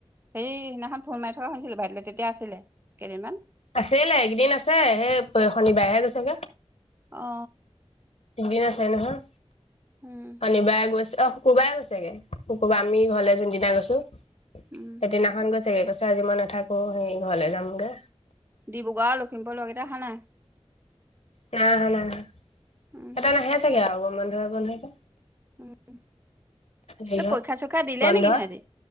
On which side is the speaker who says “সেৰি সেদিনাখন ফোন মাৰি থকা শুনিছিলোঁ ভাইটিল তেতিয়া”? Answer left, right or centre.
Right